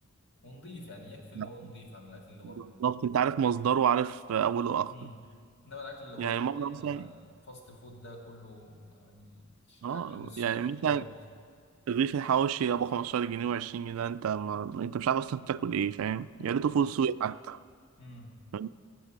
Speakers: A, on the left; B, on the right.
A: ونضيف يعني يكفي اللي
B: لا.
A: هو نضيف عن الاكل اللي بره
B: بالظبط أنت عارف مصدره وعارف أوله وآخره
A: مم. انما الاكل اللي بره
B: يعني مرة مثلا
A: آه، الفاست فود ده كله يعني مش-
B: اه
A: اكل مش
B: يعني
A: صحي
B: مثلا
A: خالص
B: الرغيف الحواوشي أبو 15 جنيه و20 جنيه ده أنت ما... أنت مش عارف أصلا بتاكل إيه فاهم
A: مم.
B: يا ريته فول سوري حتى
A: امم
B: فاهم؟